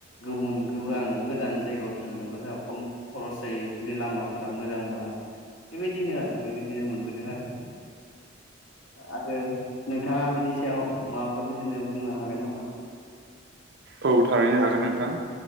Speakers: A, on the left (about 80°); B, on the right (about 60°).
A: गुबुन गोबां गोजान जायगायाव थांनोब्ला जों खम खरस जायो जुदि लामाफोरा मोजांब्ला बेबायदिनो आरो बेबायदिनो मोनबोदों आरो आरो नोंथाङा बिनि सायाव माबाफोर बिदिनो बुंनो हागोन नामा
B: औ थारैनो हागोन नोंथां